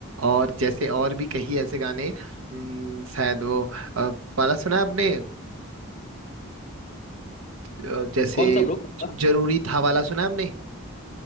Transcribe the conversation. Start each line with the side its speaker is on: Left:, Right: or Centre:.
Right: और जैसे और भी कई ऐसे गाने हम्म, शायद वो अ, वाला सुना है आपने अ, जैसे
Left: कौन सा ब्रो <laughs> कौन सा
Right: ज- जरूरी था वाला सुना है आपने